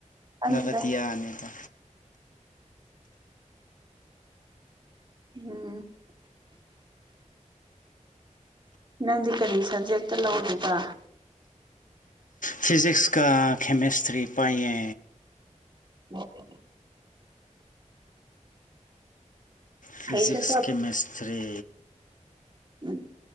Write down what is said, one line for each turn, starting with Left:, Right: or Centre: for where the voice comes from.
Right: ꯈꯪꯗ꯭ꯔꯦ
Left: ꯕꯗꯤꯌꯥ ꯑꯅꯤꯗ
Right: ꯎꯝ ꯅꯪꯗꯤ ꯀꯔꯤ ꯁꯕꯖꯦꯛꯇ ꯂꯧꯔꯤꯕ
Left: ꯐꯤꯖꯤꯛꯁ ꯀ ꯀꯦꯃꯦꯁꯇ꯭ꯔꯤ ꯄꯥꯏꯌꯦ
Right: ꯑꯣ
Left: ꯐꯖꯤꯛꯁ
Right: ꯐꯩꯗꯀꯣ
Left: ꯀꯦꯃꯦꯁꯇ꯭ꯔꯤ
Right: ꯎꯝ